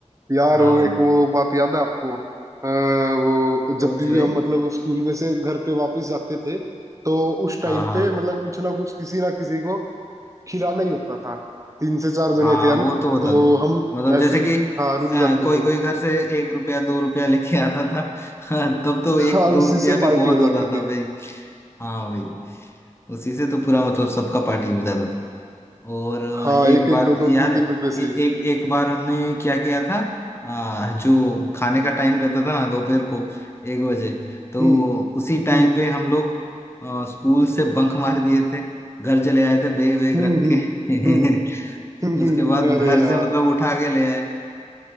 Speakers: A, on the right; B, on the left.
A: यार
B: हाँ
A: और
B: भाई
A: एक वो बात याद है आपको आ, वो
B: कौन
A: जब भी
B: सी भाई
A: हम मतलब स्कूल में से घर पे वापस जाते थे तो उस टाइम
B: हाँ हाँ
A: पे मतलब कुछ ना कुछ किसी ना किसी को खिलाना ही होता था तीन से चार
B: हाँ
A: जने थे हम
B: वो तो होता
A: तो
B: था
A: हम
B: मतलब जैसे
A: ऐसे
B: कि
A: हाँ रुक
B: अ,
A: जाते
B: कोई कोई
A: थे
B: घर से एक रुपया दो रुपया लेके आता था <laughs> तब तो एक
A: हाँ
B: दो
A: उसी
B: रुपया
A: से
B: भी
A: पार्टी
B: बहुत
A: हो जाती
B: होता
A: थी
B: था भाई हाँ भाई उसी से तो पूरा मतलब सबका पार्टी हो जाता था। और
A: हाँ
B: एक
A: एक
B: बात
A: एक दो दो
B: याद
A: तीन
B: है
A: तीन रुपए
B: ए,
A: से
B: एक
A: ही
B: एक बार हमने क्या किया था आ, जो खाने का टाइम रहता था ना दोपहर को एक बजे तो
A: हम्म
B: उसी टाइम
A: हम्म।
B: पे हम लोग आ, स्कूल से बंक मार दिए थे घर चले आए थे बैग वैग
A: हम्म
B: रख
A: हम्म
B: के
A: हम्म
B: <laughs>
A: हम्म,
B: उसके
A: हम्म,
B: बाद
A: अरे
B: घर
A: यार
B: से मतलब उठा के ले आए